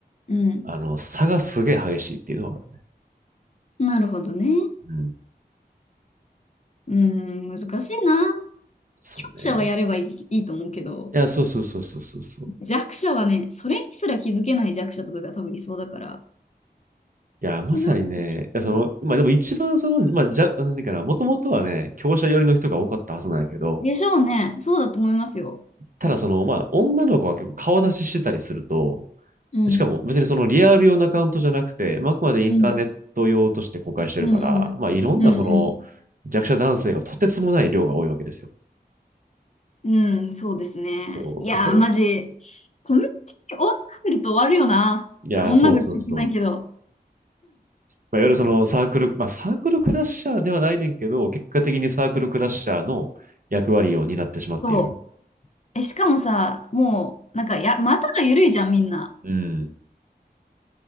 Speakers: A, on the left (about 45°); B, on the right (about 55°).
A: うん。
B: あの、差がすげえ激しいっていうのはある。
A: なるほどね。
B: うん。
A: うん、難しいな。
B: そうね。
A: 強者はやればいい、いいと思うけど、
B: いや、そうそうそうそうそうそう。
A: 弱者はね、それにすら気づけない弱者とかが多分いそうだから。っ
B: いや、まさにね、
A: てなると、
B: いや、その、
A: うん、
B: まあでも一番その、まあ、じゃ、なんていうかな、もともとはね、強者寄りの人が多かったはずなんやけど、
A: でしょうね。そうだと思いますよ。
B: ただその、まあ、女の子が結構顔出ししてたりすると、
A: うん、
B: しかも別にそのリアル用のアカウントじゃなくて、まああくまでインターネット用として公開してるから、
A: うん、うん、うん、
B: まあいろんなその
A: うん、うん。
B: 弱者男性がとてつもない量が多いわけですよ。
A: うん、そうですね。
B: そう。
A: いやー、
B: それ
A: マジ、コミュニティに女がいると終わるよな。
B: いや、
A: 女が言っちゃいけないけど。
B: そうそうそう。まあ、いわゆるそのサークル、まあサークルクラッシャーではないねんけど、結果的にサークルクラッシャーの役割を担ってしまっている。
A: <laughs> そう。え、しかもさ、もう、なんか、や、股が緩いじゃん、みんな。
B: うん。